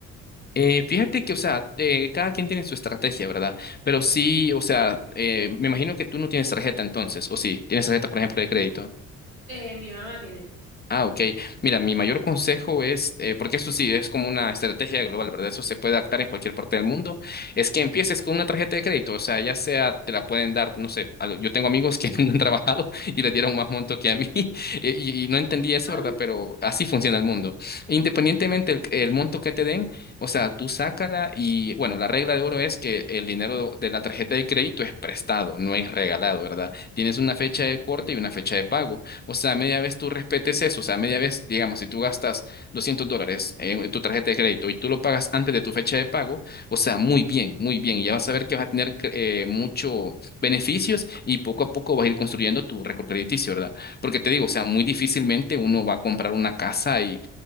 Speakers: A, on the left (about 25°); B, on the right (about 85°).
A: Eh, fíjate que, o sea, eh, cada quien tiene su estrategia, ¿verdad? Pero sí, o sea, eh, me imagino que tú no tienes tarjeta entonces, o sí, tienes tarjeta, por ejemplo, de crédito.
B: Eh, mi mamá tiene.
A: Ah, ok. Mira, mi mayor consejo es, eh, porque eso sí es como una estrategia global, ¿verdad? Eso se puede adaptar en cualquier parte del mundo, es que empieces con una tarjeta de crédito, o sea, ya sea te la pueden dar, no sé, algo- yo tengo amigos que <laughs> nunca han trabajado y les dieron más monto que a mí <laughs> y, y- y no entendí eso,
B: Ah,
A: ¿verdad? Pero así funciona el mundo. Independientemente el, el monto que te den, o sea, tú sácala y, bueno, la regla de oro es que el dinero de la tarjeta de crédito es prestado, no es regalado, ¿verdad? Tienes una fecha de corte
B: sí.
A: y una fecha de pago. O sea, media vez tú respetes eso. O sea, media vez, digamos, si tú gastas 200 dólares en tu tarjeta de crédito y tú lo pagas antes de tu fecha de pago, o sea, muy bien, muy bien. Y ya vas a ver que vas a tener eh, muchos beneficios y poco a poco vas a ir construyendo tu récord crediticio, ¿verdad? Porque te digo, o sea, muy difícilmente uno va a comprar una casa y